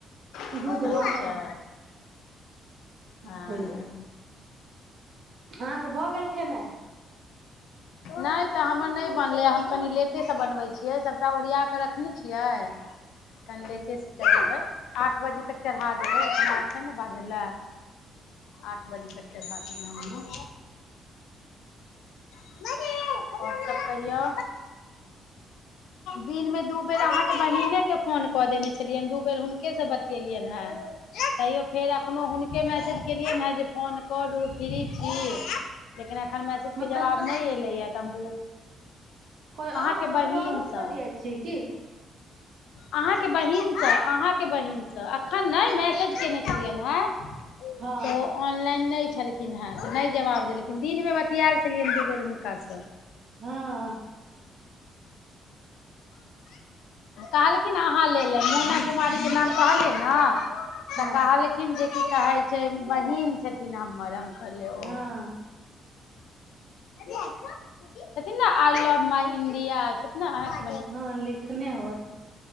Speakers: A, on the left; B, on the right.
A: अच्छा
B: दूध उबालब होइ
A: हँ
B: जायत अहाँके भऽ गेल खेनाय
A: नहि तऽ हमर नहि बनलै हम कनि लेटेसँ बनबै छियै सभटा ओरिया कऽ रखने छियै कनि लेटेसँ चढ़ेबै आठ बजे तक चढ़ा देबै ओतना अच् छै ने बाजलए आठ बजे तक चढ़ा देबै हम आओर सब कहियौ दिनमे दू बेर अहाँके बहिनेके फोन कऽ देन छलियैनि दू बेर हुनके से बतियेलियन हेँ तैयो फेर एखनो हुनके मैसेज केलियनि हेँ जे फोन करू फ्री छी लेकिन हर मैसेज
B: मतलब
A: के जवाब
B: क
A: नै एलै या त
B: कोइ आओर
A: अहाँके
B: ककरो
A: बहिन
B: आओरो से
A: स
B: बतियाइ छियै की
A: अहाँ के बहिनसँ अहाँके बहिनसँ एखन नहि मैसेज केने छलियनि हें
B: हँ
A: तऽ ऑनलाइन नहि छलखिन हेँ नहि जवाब देलखिन मे बतियाल छलियै दू बेर हुनकासँ
B: हँ
A: कहलखिन अहाँ ल ल मैौना कुमारीके नाम कहलिय ने तऽ
B: हँ
A: कहलखिन जे की कहै छै बहीन छथिन हमर कहले ओ
B: हँ
A: <unintelligible> छथिन ने आई लव मई इं्डिया छथि ने अहाँके
B: हँ लिखने होत